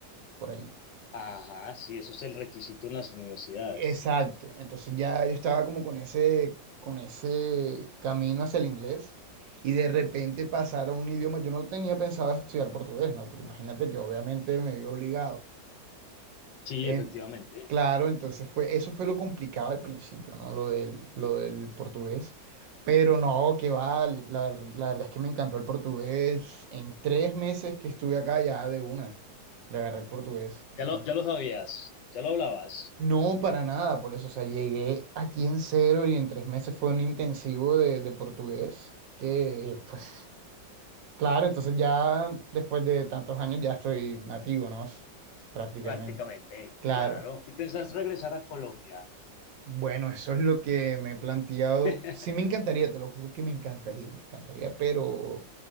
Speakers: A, on the right; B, on the left.
A: por ahí.
B: ajá, sí, eso es el requisito en las universidades.
A: Exacto. Entonces ya yo estaba como con ese, con ese camino hacia el inglés y de repente pasar a un idioma. Yo no tenía pensado estudiar portugués, ¿no? Pero imagínate que obviamente me vi obligado.
B: Sí,
A: En-
B: efectivamente.
A: claro, entonces fue, eso fue lo complicado al principio, ¿no? Lo del, lo del portugués. Pero no, que va, la, ver- la verdad es que me encantó el portugués. En tres meses que estuve acá ya de una, le agarré el portugués. Entonces,
B: Ya lo, ya lo sabías, ya lo hablabas.
A: no, para nada, por eso, o sea, llegué aquí en cero y en tres meses fue un intensivo de, de portugués, que pues claro, entonces ya después de tantos años ya estoy nativo, ¿no? Prácticamente.
B: Prácticamente,
A: Claro.
B: claro. ¿Y piensas
A: Eh,
B: regresar a Colombia?
A: Bueno, eso es lo que me he planteado.
B: <laughs>
A: Sí, me encantaría, te lo juro que me encantaría, me encantaría, pero